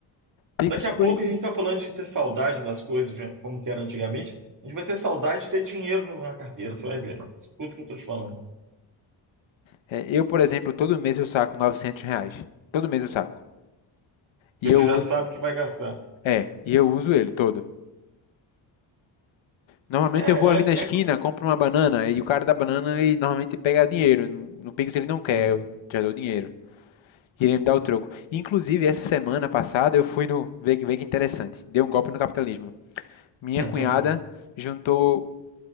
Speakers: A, on the left; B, on the right.
A: Pix
B: Daqui a
A: foi,
B: pouco a gente está falando de ter saudade das coisas, de como que era antigamente. A gente vai ter saudade de ter dinheiro na carteira, você vai ver. Escuta o que eu estou te falando.
A: é, eu, por exemplo, todo mês eu saco 900 reais. Todo mês eu saco. E
B: Porque
A: eu,
B: você já sabe
A: uso-
B: que vai gastar.
A: é, e eu uso ele todo. Normalmente
B: É,
A: eu vou ali na
B: é,
A: esquina,
B: é. co-
A: compro uma banana e o cara da banana ele normalmente pega dinheiro. No no Pix ele não quer,
B: Uhum.
A: eu já dou dinheiro. Iria me dar o troco. Inclusive, essa semana passada eu fui no. Vê que, vê que interessante. Deu um golpe no capitalismo. Minha
B: <laughs>
A: cunhada juntou